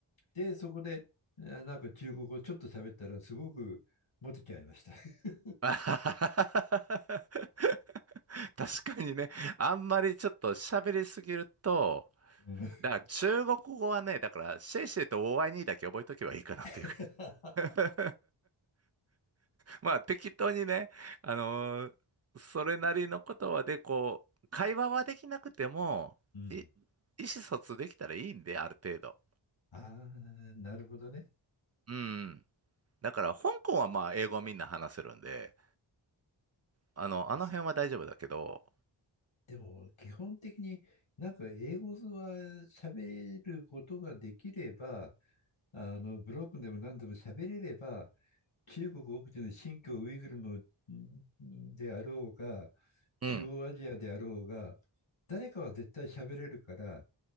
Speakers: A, on the left (about 75°); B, on the right (about 35°).
A: で、そこで、あなんか中国語ちょっと喋ったら、すごくモテちゃいました。<laughs>
B: あははははは <laughs> 確かにね、あんまりちょっと喋りすぎると、
A: うん
B: だから中国語はね、だからシェイシェイとオーアイニーだけ覚えとけばいいかなっていうか
A: <laughs>
B: <laughs> まあ適当にね、あのーそれなりの言葉でこう、会話はできなくても、
A: うん。
B: い、意思疎通できたらいいんで、ある程度。
A: <laughs> ああ、なるほどね。
B: うん。だから香港はまあ英語みんな話せるんで、あの、あの辺は大丈夫だけど、
A: すでも、基本的になんか英語は喋ることができれば、あの、ブロックでも何でも喋れれば、中国奥地の新疆ウイグルのんであろうが、
B: うん。
A: 中央アジアであろうが、誰かは絶対喋れるから、